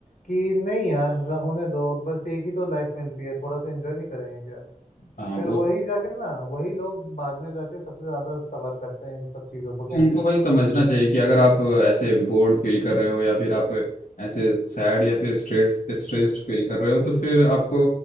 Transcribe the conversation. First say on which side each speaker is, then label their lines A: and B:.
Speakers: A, on the left; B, on the left.
A: कि नहीं यार होने दो बस एक ही तो लाइफ मिलती है थोड़ा सा एंजॉय नहीं करेंगे क्या
B: हाँ
A: फिर
B: वो
A: वही जाके ना वही लोग बाद में जाके सबसे ज्यादा सफर करते हैं इन सब चीजों को
B: तो
A: लेके
B: उनको भाई समझना चाहिए कि अगर आप ऐसे बोर्ड फील कर रहे हो या फिर आप ऐसे सैड या फिर स्ट्रेट स्ट्रेस्ड फील कर रहे हो तो फिर आपको